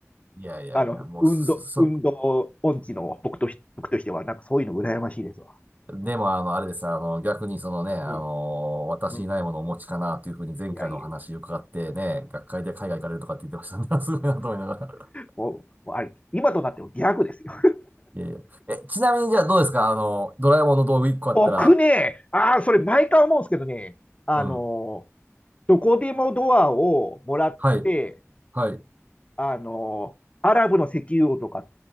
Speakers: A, on the right; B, on the left.
A: いやいやいや、
B: あの、
A: もうそ、
B: 運動、
A: そ、
B: 運動音痴の僕とし、僕としては、なんかそういうの羨ましいですわ。
A: でもあの、あれです、あの、逆にそのね、あの、
B: うん。
A: 私にないものをお持ちかなというふうに前回のお話伺ってね、
B: うん。いやいや、
A: 学会で海外行かれるとかって言ってましたね。<laughs> すごいなと思いながら。
B: もう、もうあれ、今となってはギャグですよ。
A: いやいや。え、ちなみにじゃあどうですかあの、ドラえもんの道具1個あったら、
B: <laughs> 僕ね、ああ、それ毎回思うんですけどね、あの、
A: うん。
B: どこでもドアをもらって、
A: はい、はい、
B: あの、アラブの石油王とか